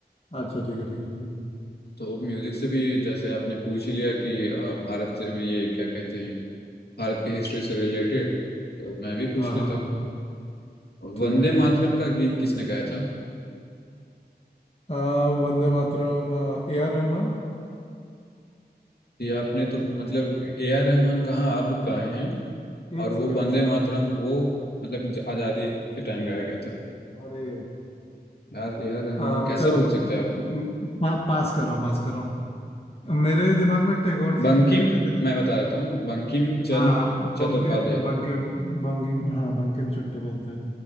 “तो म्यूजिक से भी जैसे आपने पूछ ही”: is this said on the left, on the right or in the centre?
Left